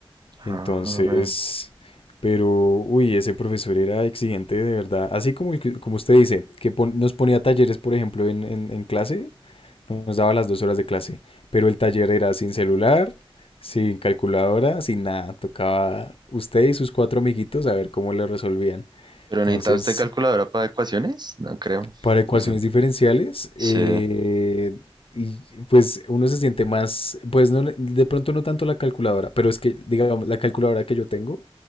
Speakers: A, on the right; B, on the left.
A: ajá,
B: Entonces,
A: re.
B: pero, uy, ese profesor era exigente de verdad. Así como, el que- como usted dice, que pon- nos ponía talleres, por ejemplo, en, en, en clase, nos daba las dos horas de clase, pero el taller era sin celular. Sin calculadora, sin nada. Tocaba usted y sus cuatro amiguitos a ver cómo le resolvían.
A: ¿Pero
B: Entonces,
A: necesita usted calculadora para ecuaciones? No creo.
B: para ecuaciones
A: No sé.
B: diferenciales, eh,
A: Sí.
B: y pues uno se siente más, pues no, le- de pronto no tanto la calculadora, pero es que, digamos, la calculadora que yo tengo